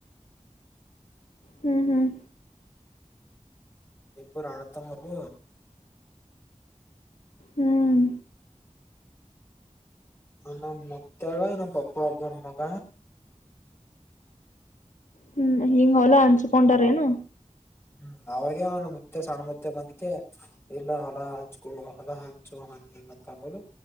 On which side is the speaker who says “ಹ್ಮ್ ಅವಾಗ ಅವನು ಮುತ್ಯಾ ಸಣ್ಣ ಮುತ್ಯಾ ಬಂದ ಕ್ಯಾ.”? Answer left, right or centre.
Left